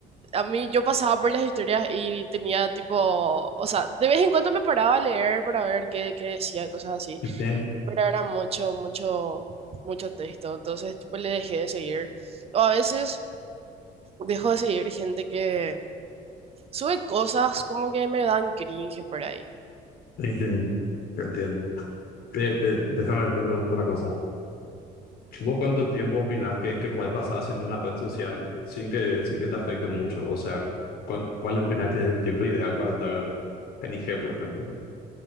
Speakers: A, on the right; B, on the left.
A: a mí yo pasaba por las historias y tenía tipo, o sea, de vez en cuando me paraba a leer para ver qué, qué decía, cosas así,
B: Yo pienso-
A: pero era mucho, mucho, mucho texto, entonces tipo le dejé de seguir. O a veces dejo de seguir gente que sube cosas como que me dan cringe por ahí.
B: sí, sí, ¿te entiendo Te- te- déjame te pregunto una cosa. ¿Vos cuánto tiempo opinás que, que podés pasar así en una red social sin que, sin que te afecte mucho? O sea, ¿cuál, cuál opinás que es el tiempo ideal para estar en, en IG, por ejemplo?